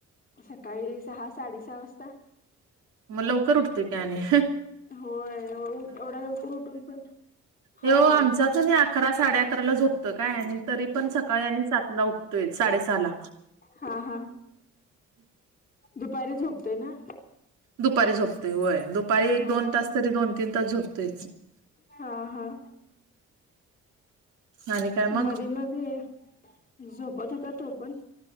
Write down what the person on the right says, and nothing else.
मग लवकर उठतोय की आणि
यो आमचाच
आणि अकरा
साडे अकरा ला झोपतं काय, आणि तरी पण सकाळी आणि सातला उठतो. उठतोयच, साडे सहाला
दुपारी झोपतेय होय, दुपारी एक
-दोन
तास तरी, दोन- तीन तास झोपतयच.
आणि काय मग